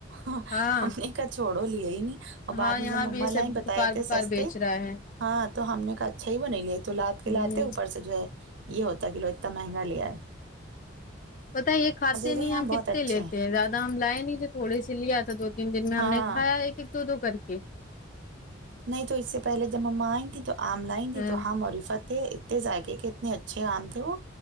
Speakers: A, on the right (about 65°); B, on the left (about 40°).
A: ہمنے
B: ہاں
A: خیر چھوڑو لیا ہی نہیں اور بعد
B: ہاں
A: میں
B: یہاں
A: جب مما
B: بھی یہ سب
A: لائی بتایا
B: بکار بکار
A: سستے
B: بیچ رہا ہے
A: ہاں تو ہم نے کہا اچھا ہی وہ نہیں لیے تو لاتے
B: ہمم
A: لاتے اوپر جو ہے یہ ہوتا ہے کہ لوگ اتنا مہنگا لے ائے
B: پتہ یہ کھاتے
A: گئی
B: نہیں
A: ہاں
B: ہیں ہم کتنے
A: بہت اچھے
B: لیتے ہیں رات ہم لایا نہیں تھے تھوڑے سے لیا تھا دو تین دن میں
A: ہاں
B: ہم نے کھایا ایک ایک دو دو کر کے
A: نہیں تو اس سے پہلے جب مما ائی تھی تو عام لائی تھی
B: ہاں
A: تو ہم اور عفت اتنے ذائقے کے اتنے اچھے آم تھے وہ